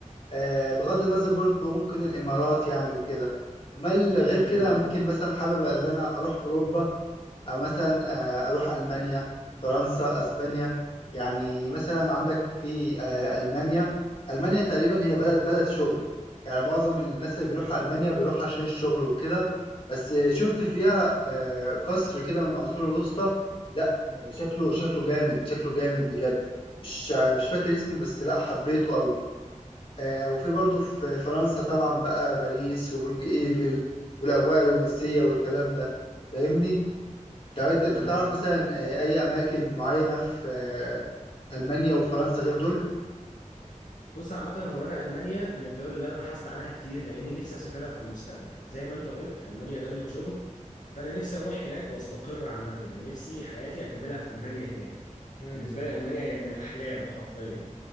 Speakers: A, on the left; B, on the left.
A: آه، بغض النظر برضه ممكن الإمارات يعني وكده أمال غير كده
B: امم
A: ممكن مثلا حابب إن أنا أروح أوروبا أو مثلا آه، أروح ألمانيا فرنسا أسبانيا يعني مثلا عندك في آه، ألمانيا ألمانيا تقريبا هي بلد بلد شغل يعني معظم الناس اللي بيروحوا ألمانيا بيروحوا عشان الشغل وكده بس آه، شفت فيها آه، قصر كده من العصور الوسطى لا م- شكله شكله جامد شكله جامد بجد مش آه، مش فاكر اسمه بس لا حبيته قوي آه، وفي برضه في فرنسا طبعا بقى باريس وبرج إيفل والأجواء الرومانسية والكلام ده فاهمني طب انت
B: امم
A: انت تعرف مثلا آه، اي اماكن معينه في آه، المانيا وفرنسا غير دول
B: بص عامة هو أنا ألمانيا من الدول اللي أنا بحثت عنها كتير لأني نفسي أسافرها في المستقبل زي ما أنت قلت ألمانيا دولة شغل فأنا نفسي أروح هناك وأستقر عامة يعني نفسي حياتي أكملها في ألمانيا هناك
A: مم.
B: بالنسبة لي ألمانيا هي من الأحلام حرفيا